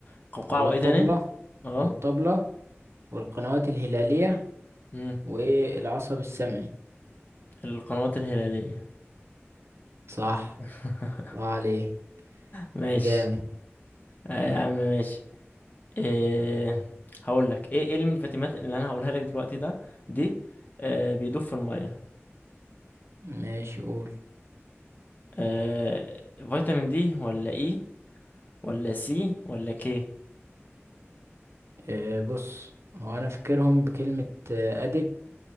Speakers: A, on the left (about 40°); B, on the right (about 70°).
A: القوقعه
B: ولا
A: وايه
B: الطبلة
A: تاني اه
B: والطبلة والقنوات الهلالية
A: مم،
B: والعصب السمعي
A: القنوات الهلاليه
B: صح
A: <laughs>
B: الله عليه
A: ماشي
B: جامد
A: آه يا عم ماشي إيه هقول لك ايه ايه الفيتامينات اللي انا هقولها لك دلوقتي ده دي آه بيدوب في الميه
B: ماشي قول
A: آه فيتامين دي ولا اي ولا سي ولا كي
B: آه، بص هو أنا فاكرهم بكلمة آه، أدك